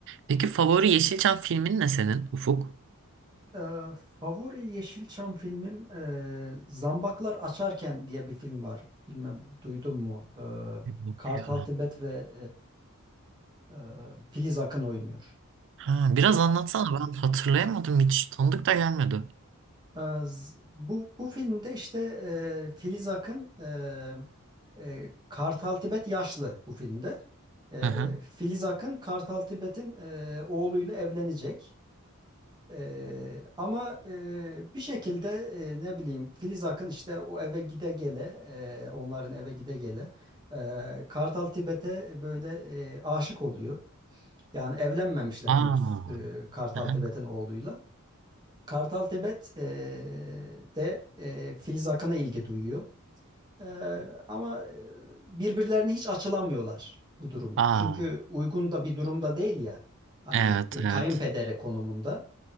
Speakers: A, on the right (about 60°); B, on the right (about 20°).
A: Peki favori Yeşilçam filmin ne senin Ufuk?
B: Ee, favori Yeşilçam filmim e, Zambaklar Açarken diye bir film var. Bilmem duydun mu? Ee,
A: Yok
B: Kartal
A: ya.
B: Tibet ve e, e, Filiz Akın oynuyor.
A: Ha, biraz
B: Çok
A: anlatsana ben hatırlayamadım hiç tanıdık da gelmedi.
B: e, z- bu bu filmde işte e, Filiz Akın e, e, Kartal Tibet yaşlı bu filmde. E,
A: Hı hı.
B: Filiz Akın Kartal Tibet'in e, oğluyla evlenecek. Ee, ama e, bir şekilde e, ne bileyim Filiz Akın işte o eve gide gele e, onların eve gide gele e, Kartal Tibet'e böyle e, aşık oluyor. Yani evlenmemişler
A: Aa.
B: henüz e, Kartal
A: Hı hı.
B: Tibet'in oğluyla. Kartal Tibet e, de e, Filiz Akın'a ilgi duyuyor. E, ama e, birbirlerine hiç açılamıyorlar bu durumu.
A: Aa.
B: Çünkü uygun da bir durumda değil ya. Hani
A: Evet
B: e,
A: evet.
B: kayınpedere konumunda.